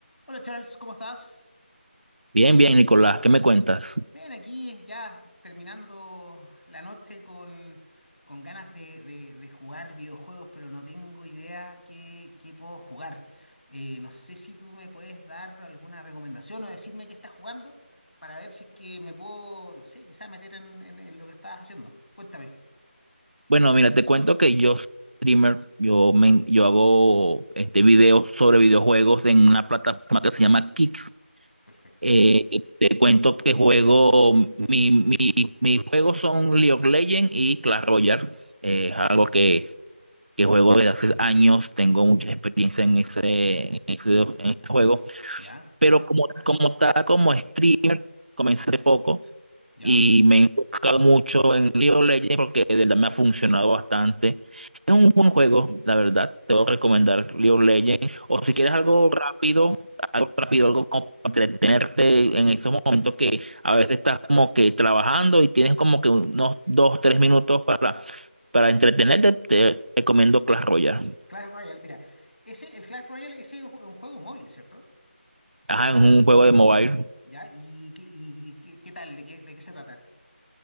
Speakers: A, on the left; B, on the right.
A: Hola Charles, ¿cómo estás?
B: Bien, bien, Nicolás, ¿qué me cuentas?
A: Bien, aquí ya terminando la noche con, con ganas de, de- de jugar videojuegos, pero no tengo idea qué, qué puedo jugar. Eh, no sé si tú me puedes dar alguna recomendación o decirme qué estás jugando para ver si es que me puedo, no sé, quizás meter en, en- en lo que estabas haciendo. Cuéntame.
B: Bueno, mira, te cuento que yo soy streamer, yo me, yo hago este videos sobre videojuegos en
A: Ah,
B: una plataforma que se llama Kicks.
A: perfecto,
B: Eh, te cuento que juego, mi, mi- mis juegos son League of Legends y Clash Royale. Eh,
A: perfecto.
B: es algo que, que juego desde hace años, tengo mucha experiencia en ese, en ese, en ese juego,
A: Ya,
B: pero como, como tal, como streamer, comencé hace poco.
A: ya.
B: y me he enfocado mucho en League of Legends porque de verdad me ha funcionado bastante. Es un buen juego, la verdad. Te voy a recomendar League of Legends. O
A: Mira,
B: si quieres algo rápido, algo rápido, algo como para entretenerte en esos momentos que a veces estás como que trabajando y tienes como que unos dos, tres minutos para, para entretenerte, te recomiendo Clash Royale.
A: Clash Royale, mira. Ese, el Clash Royale, ese es un juego móvil, ¿cierto?
B: Ajá, es un juego de mobile.
A: ¿Ya? ¿Y qué, y qué, qué tal? ¿De qué, de qué se trata?